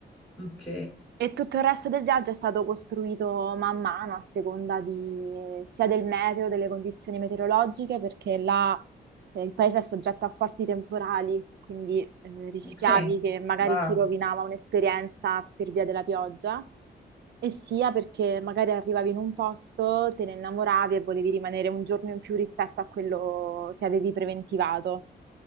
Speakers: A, in the centre; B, on the right.
A: ok,
B: E tutto il resto del viaggio è stato costruito man mano a seconda di, sia del meteo, delle condizioni meteorologiche, perché là eh, il paese è soggetto a forti temporali, quindi eh, rischiavi
A: ok,
B: che magari
A: wow,
B: si rovinava un'esperienza per via della pioggia, e sia perché magari arrivavi in un posto, te ne innamoravi e volevi rimanere un giorno in più rispetto a quello che avevi preventivato.